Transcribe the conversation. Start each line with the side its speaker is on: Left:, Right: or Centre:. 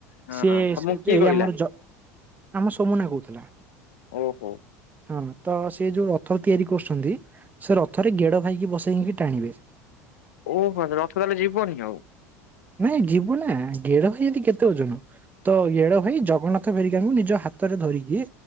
Left: ହଁ
Right: ସିଏ
Left: ତମକୁ
Right: ସେ
Left: କିଏ
Right: ଏଇ
Left: କହିଲା
Right: ଆମର ଜ ଆମ ସୋମୁନା କହୁଥିଲା।
Left: ଓହୋ।
Right: ହଁ ତ ସେ ଯୋଉ ରଥ ତିଆରି କରୁସନ୍ତି ସେ ରଥରେ ଗେଡ ଭାଇକି ବସେଇଙ୍କି ଟାଣିବେ।
Left: ଓହ ରଥ ତାହାଲେ ଯିବନି ଆଉ?
Right: ନାଇଁ ଯିବୁ ନା ଗେଡ ଭାଇ ଏନ୍ତି କେତେ ଓଜନ। ତ ଗେଡ଼ ଭାଇ ଜଗନ୍ନାଥ ହେରିକାଙ୍କୁ ନିଜ ହାତରେ ଧରିକି